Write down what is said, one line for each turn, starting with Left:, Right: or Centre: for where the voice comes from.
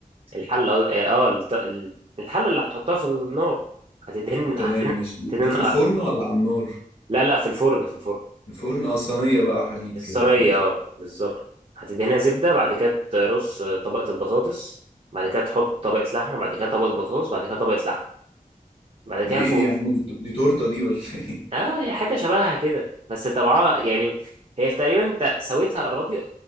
Right: الحله اه آه، الط- ال- الحله اللي هتحطها في النار هتدهن
Left: تمام
Right: هتدهن
Left: ماشي دي
Right: هتدهن
Left: دي في
Right: آه.
Left: الفرن ولا على النار
Right: لا لا في الفرن في الفرن
Left: الفرن اه صينية بقى حديد
Right: الصينية
Left: كده ماشي
Right: اه بالظبط هتدهنها زبدة بعد كده ترص طبقة البطاطس بعد كده تحط طبقة لحمة بعد كده طبقة بطاطس بعد كده طبقة لحمة بعد كده
Left: دي
Right: فوق
Left: ايه دي يا عم دي, دي تورتة دي ولا ايه
Right: اه هي حاجة شبهها كده بس طبعا يعني هي تقريبا انت سويتها الراضي